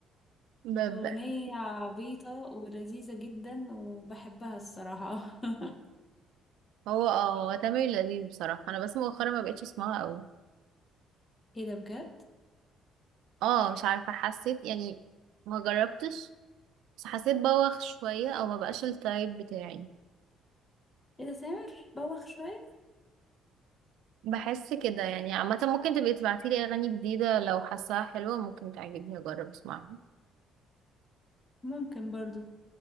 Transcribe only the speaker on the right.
<laughs> ب-
ب-
هو اه هو تامر لذيذ بصراحه انا بس مؤخرا ما بقتش اسمعها قوي
اه مش عارفه حسيت يعني ما جربتش بس حسيت بوخ شويه او ما بقاش التايب بتاعي
بحس كده يعني عامه ممكن تبقي تبعتي لي اغاني جديده لو حاساها حلوه ممكن تعجبني اجرب اسمعها